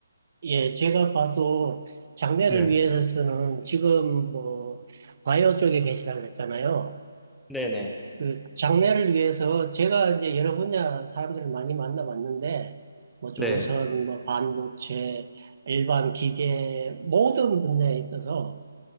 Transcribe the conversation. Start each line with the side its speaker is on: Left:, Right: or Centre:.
Right: 예, 제가 봐도 장래를
Centre: 네.
Right: 위해서 는 지금 뭐, 바이오 쪽에 계시다 그랬잖아요.
Centre: 네네.
Right: 그 장래를 위해서 제가 이제 여러 분야 사람들을 많이 만나봤는데 뭐 조선,
Centre: 네.
Right: 뭐 반도체, 일반 기계 모든 분야에 있어서